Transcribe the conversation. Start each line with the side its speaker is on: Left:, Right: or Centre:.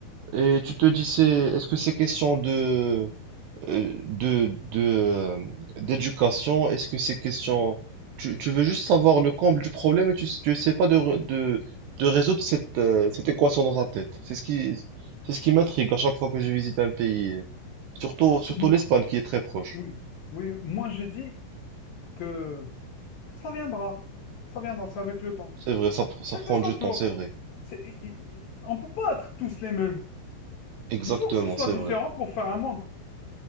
Right: Et tu
Left: oui.
Right: te dis, c'est, est-ce que c'est question de, euh, de, de, euh, d'éducation? Est-ce que ces questions... Tu, tu veux juste savoir le comble du problème et tu tu essaies pas de, re- de, de résoudre cette, euh, cette équation dans ta tête. C'est ce qui, c'est ce qui m'intrigue à chaque fois que je visite un pays. Surtout, surtout
Left: Mhm,
Right: l'Espagne qui est très proche.
Left: Oui. Oui. Moi, je dis que ça viendra. Ça viendra, c'est avec le temps.
Right: C'est vrai, ça, pr- ça
Left: Chacun
Right: prend
Left: son
Right: du
Left: tour.
Right: temps, c'est vrai.
Left: C'est, i- i- on ne peut pas être tous les mêmes.
Right: Exactement,
Left: Il faut que ce soit
Right: c'est
Left: différent
Right: vrai.
Left: pour faire un monde.